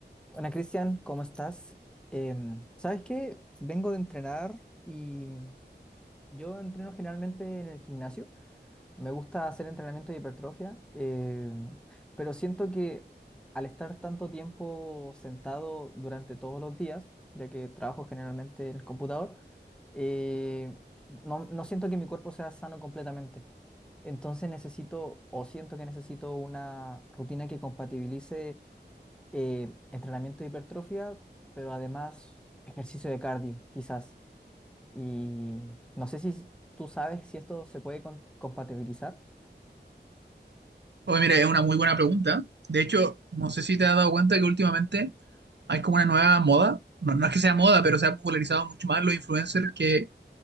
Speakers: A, in the centre; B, on the right.
A: Hola Cristian, ¿cómo estás? Em, ¿sabes qué? Vengo de entrenar y yo entreno generalmente en el gimnasio. Me gusta hacer entrenamiento de hipertrofia, em, pero siento que al estar tanto tiempo sentado durante todos los días, ya que trabajo generalmente en el computador, eh, no, no siento que mi cuerpo sea sano completamente. Entonces necesito o siento que necesito una rutina que compatibilice eh, entrenamiento de hipertrofia, pero además ejercicio de cardio, quizás. Y no sé si tú sabes si esto se puede con- compatibilizar.
B: Oye, mira, es una muy buena pregunta. De hecho, no sé si te has dado cuenta que últimamente hay como una nueva moda. No, no es que sea moda, pero se ha popularizado mucho más los influencers que